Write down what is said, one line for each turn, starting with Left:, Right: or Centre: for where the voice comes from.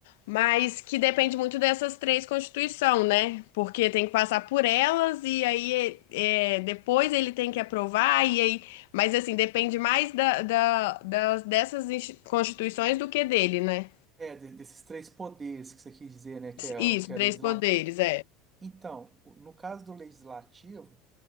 Left: mas que depende muito dessas três constituições, né? Porque tem que passar por elas e aí é, é, depois ele tem que aprovar, e aí. Mas, assim, depende mais da, da- das, dessas insti- constituições do que dele, né?
Right: É, de- desses três poderes que você quis dizer, né, que é
Left: Isso,
Right: o que é
Left: três
Right: legislativo.
Left: poderes, é.
Right: Então, no caso do legislativo,